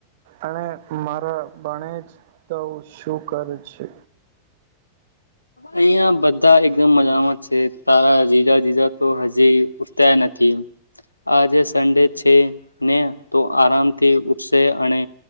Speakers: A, on the right; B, on the left.
A: અને મારા બને જ તો શું કરે છે
B: અહિયાં બધા એકદમ મજામાં છે તારા જીજા જીજા તો હજી ઉઠતા નથી આજે સંન્ડે છે ને તો આરામથી ઉઠ શું તે અને